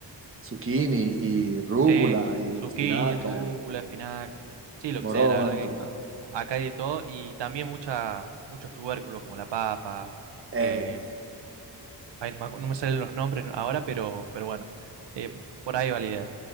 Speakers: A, on the right (about 30°); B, on the right (about 80°).
A: zucchini y rúgula
B: Sí,
A: y
B: zucchini,
A: espinaca,
B: rúcula, espinaca, sí, lo
A: morón,
B: que sea, la verdad que
A: tomate.
B: acá hay de todo y también mucha, muchos tubérculos como la papa,
A: Eh.
B: eh, ay, no me, acu- no me salen los nombres ahora, pero, pero bueno, eh, por ahí va la idea.